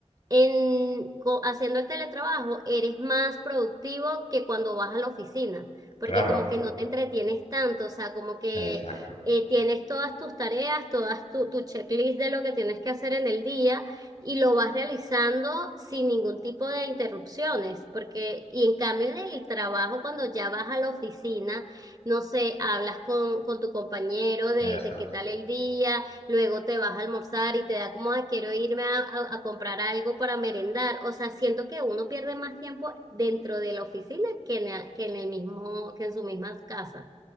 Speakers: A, on the right (about 35°); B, on the left (about 70°).
A: en, co- haciendo el teletrabajo eres más productivo que cuando vas a la oficina, porque
B: Claro,
A: como que no te entretienes tanto, o sea, como que
B: exacto.
A: eh, tienes todas tus tareas, todas tu, tu checklist de lo que tienes que hacer en el día y lo vas realizando sin ningún tipo de interrupciones, porque, y en cambio en el trabajo, cuando ya vas a la oficina, no sé, hablas con, con tu compañero de,
B: Eso
A: de qué
B: es.
A: tal el día luego te vas a almorzar y te da como, "Ay, quiero irme a, a- a comprar algo para merendar. O sea, siento que uno pierde más tiempo dentro de la oficina que en, la- que en el mismo, que en su misma casa.